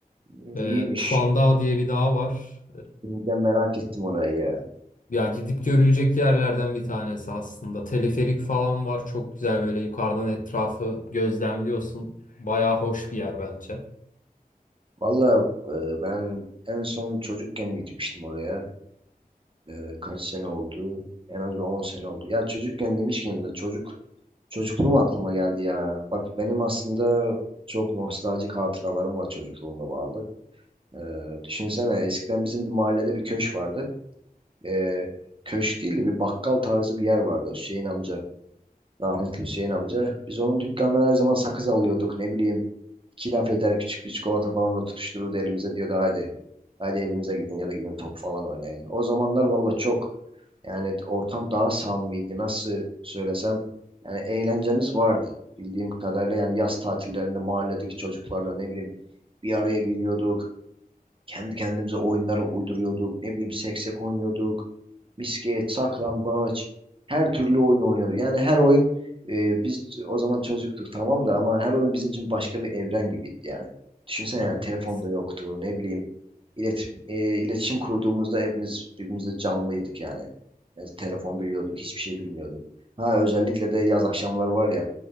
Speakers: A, on the right; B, on the left.
A: Hmm,
B: E,
A: İyiymiş.
B: Tufan Dağı diye bir dağ var.
A: Şimdiden merak ettim orayı ya.
B: Ya gidip görülecek yerlerden bir tanesi aslında. Teleferik falan var. Çok güzel böyle yukarıdan etrafı gözlemliyorsun. Bayağı hoş bir yer bence.
A: Valla ben en son çocukken gitmiştim oraya. E, kaç sene oldu? En az bir 10 sene oldu. Ya çocukken demişken de çocuk çocukluğum aklıma geldi ya. Bak benim aslında çok nostaljik hatıralarım var çocukluğumla bağlı. E, düşünsene eskiden bizim bir mahallede bir köşk vardı. e, köşk değil de bir bakkal tarzı bir yer vardı Hüseyin amca. Rahmetli Hüseyin amca. Biz onun dükkanlara her zaman sakız alıyorduk ne bileyim. iki laf eder küçük bir çikolata falan da tutuştururdu elimize diyordu hadi. Hadi evinize gidin ya da gidin top falan oynayın. O zamanlar valla çok yani ortam daha samimiydi nasıl söylesem. Yani eğlencemiz vardı bildiğim kadarıyla yani yaz tatillerinde mahalledeki çocuklarla ne bileyim bir araya geliyorduk. Kendi kendimize oyunları uyduruyorduk. Ne bileyim seksek oynuyorduk. Misket, saklambaç. Her türlü oyun oynuyorduk. Yani her oyun e, biz o zaman çocuktuk tamam da ama her oyun bizim için başka bir evren gibiydi yani. Düşünsene
B: Evet.
A: yani telefonda yoktu. Ne bileyim ilet, e, iletişim kurduğumuzda hepimiz birbirimize canlıydık yani. Yani telefon biliyorduk, hiçbir şey bilmiyorduk. Ha özellikle de yaz akşamları var ya